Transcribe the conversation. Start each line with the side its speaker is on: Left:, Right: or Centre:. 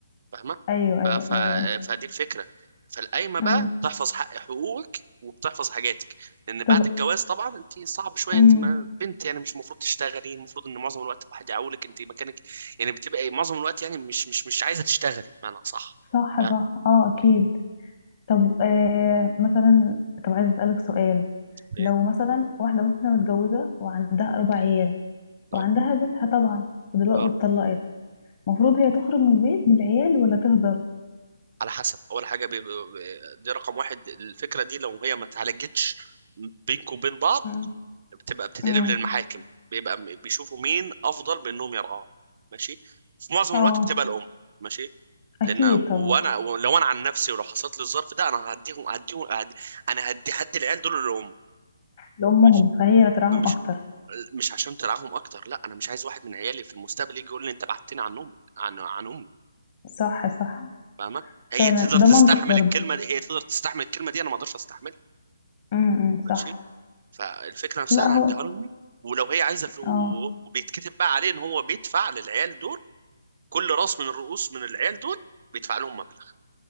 Right: فاهمه
Left: ايوه ايوه
Right: ف... ف...
Left: ايوه
Right: فدي الفكره فالقايمه بقى
Left: امم
Right: بتحفظ حق حقوقك وبتحفظ حاجاتك لان بعد
Left: طب
Right: الجواز طبعا انت صعب شويه
Left: امم
Right: انت ما بنت يعني مش المفروض تشتغلي المفروض ان معظم الوقت الواحد يعولك انت مكانك يعني بتبقى إيه، معظم الوقت يعني مش مش مش عايزه تشتغلي بمعنى صح
Left: صح
Right: فاهم
Left: صح اه اكيد طب آه مثلا طب عايزه اسالك سؤال
Right: ايه
Left: لو مثلا واحده مثلا متجوزه وعندها اربع عيال
Right: اه
Left: وعندها بيتها طبعا ودلوقتي
Right: اه
Left: واتطلقت المفروض هي تخرج من البيت بالعيال ولا تفضل
Right: على حسب اول حاجه بي... بي... دي رقم واحد الفكره دي لو هي ما اتعالجتش بينك وبين بعض
Left: امم
Right: بتبقى بتتقلب
Left: امم
Right: للمحاكم بيبقى م- بيشوفوا مين افضل بانهم يرعاهم ماشي في معظم
Left: اه
Right: الوقت بتبقى الام ماشي
Left: اكيد
Right: لان
Left: طبعا
Right: وانا لو انا عن نفسي ولو حصلت لي الظرف ده انا هديهم هديهم هدي انا هدي هدي العيال دول للام
Left: لامهم
Right: ماشي
Left: فهي اللي ترعاهم
Right: مش
Left: اكتر
Right: مش عشان ترعاهم اكتر لا انا مش عايز واحد من عيالي في المستقبل يجي يقول لي انت بعدتني عن امك عن عن امي
Left: صح صح
Right: فاهمه هي
Left: فعلا
Right: تقدر
Left: ده
Right: تستحمل
Left: منطق برضو
Right: الكلمه دي هي تقدر تستحمل الكلمه دي انا ما اقدرش استحملها
Left: امم
Right: ماشي
Left: صح
Right: فالفكره نفسها
Left: لا
Right: انا
Left: هو
Right: هديها لهم ولو هي عايزه فلوس
Left: اه
Right: وبيتكتب بقى عليه ان هو بيدفع للعيال دول كل راس من الرؤوس من العيال دول بيدفع لهم مبلغ